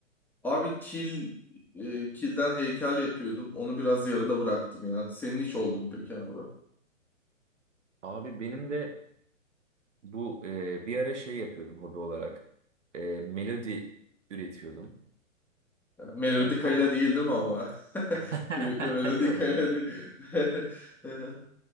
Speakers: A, in the centre; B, on the right.
A: Abi kil e, kilden heykel yapıyordum. Onu biraz yarıda bıraktım ya. Senin hiç oldu mu peki abi?
B: Abi benim de Bu e, bir ara şey yapıyordum hobi olarak. E, melodi üretiyordum.
A: Yani melodikayla
B: Yani tamam.
A: değil değil mi ama? <laughs>
B: <laughs>
A: Flütle melodikayla
B: Yok yok.
A: değil. <laughs> Hı hı.